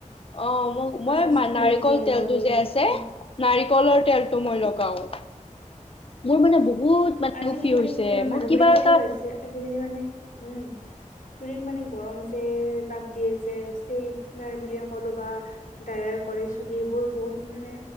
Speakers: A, on the left; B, on the left.
A: অ, মোক
B: মাছাজটো
A: মই নাৰিকল
B: বহুত মেইন আৰু
A: তেলটো
B: ব্ৰেইনত
A: - যে আছে
B: হয়।
A: নাৰিকলৰ তেলটো
B: উম,
A: মই লগাওঁ মোৰ মানে বহুত
B: আজিকালি
A: উফি হৈছে
B: মানে কি হয়
A: মোৰ
B: মানুহবোৰে
A: কিবা
B: কেনেকুৱা
A: এটা
B: হৈছে আজিকালি মানে উম, চুলিৰ মানে গৰম যে তাপ দিয়ে যে ষ্টেজ নাৰ বুলিয়ে ক'লো বা ডায়াৰ কৰে চুলি এইবোৰ বহুত মানে